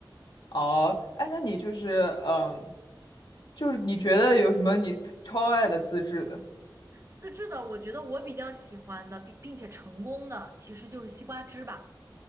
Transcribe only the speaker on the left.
哦，哎，那你就是嗯，就是你觉得有什么你特超爱的自制的？